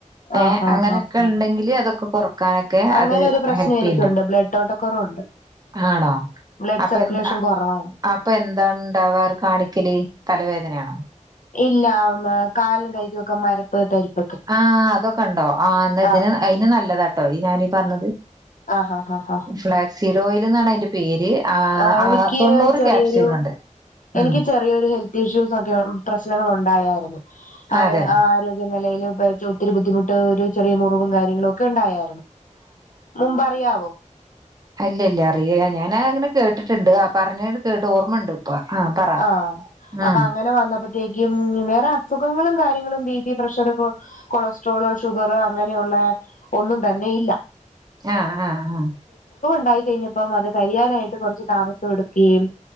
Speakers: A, on the left; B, on the right.
A: ആഹ്
B: ഏ
A: ആഹ്
B: അങ്ങനെയൊക്കെ
A: ആഹ് ആഹ്
B: ഇണ്ടെങ്കില് അതൊക്കെ പ കാണിക്ക
A: അങ്ങനെ
B: അത്
A: ഒരു പ്രശ്നം
B: ഹെൽപ്
A: എനിക്കുണ്ട്
B: ചെയ്യ്ണ്ട്.
A: ബ്ലഡ് ഓട്ടക്കുറവുണ്ട്
B: ആണോ
A: ബ്ലഡ്
B: അപ്പ
A: സർക്കുലേഷൻ
B: എ അ
A: കൊറവാണ്
B: അപ്പൊ എന്താണ്ടവാർ കാണി എയ് തലവേദനാണോ?
A: ഇല്ല കാലും കൈകൊക്കെ മര തരിപ്പ്
B: ആ അതൊക്കെ ഇണ്ടോ ആ ഇതിന്
A: ആഹ്
B: അതിന് നല്ലതാട്ടോ ഞാനീ പർഞ്ഞത്
A: ആഹ് ആഹ് ആഹ്
B: ഫ്ളാക്സിഡോയിൽ ന്നാണ് അയ് ന്റെ പേര് ആഹ്
A: ആ
B: ആഹ്
A: എനിക്ക്
B: തൊണ്ണൂറ്
A: ചെറിയൊരു
B: ക്യാപ്സ്യൂൾ ഉണ്ട് ഉം
A: എനിക്ക് ചെറിയൊരു ഹെൽത്ത് ഇഷ്യൂസ് ഒക്കെ പ്രശ്നങ്ങൾ ഉണ്ടായാർന്നു ആ
B: അതെ
A: ആരോഗ്യ വലയിൽ ഒത്തിരി ബുദ്ധിമുട്ട് ഒരു ചെറിയ മുറിവും കാര്യങ്ങളും ഒക്കെ ഉണ്ടായെ മുമ്പ് അറിയാവോ
B: അല്ലല്ല അറിയൻ ഞാനാ അങ്ങനെ കേട്ട ട്ടിട്ടുണ്ട് ആ പറഞ്ഞ കേട്ട് ഓർമ്മണ്ട് ഇപ്പൊ ആഹ് പറ
A: ആഹ
B: ഉം
A: അപ്പൊ അങ്ങനെ വന്നപ്പോത്തേക്കും വേറെ അസുഖങ്ങളും കാര്യങ്ങള ങ്ങളും ബീപി പ്രഷർ കോള് കൊളസ്ട്രോള് ഷുഗർ അങ്ങനെയുള്ള ഒന്നും തന്നെ ഇല്ല
B: ആഹ് ആഹ് ആഹ
A: ഉണ്ടായി കഴിഞ്ഞപ്പം അത് കരിയാനായിട്ട് കുറച്ച് താമസഎ ടുക്കയും